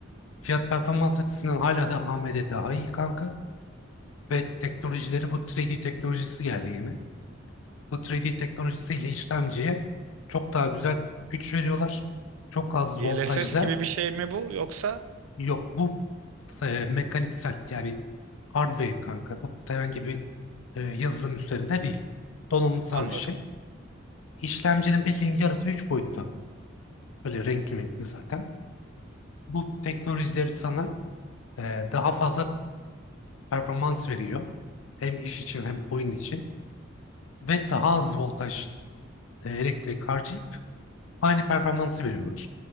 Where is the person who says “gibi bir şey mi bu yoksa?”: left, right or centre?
Right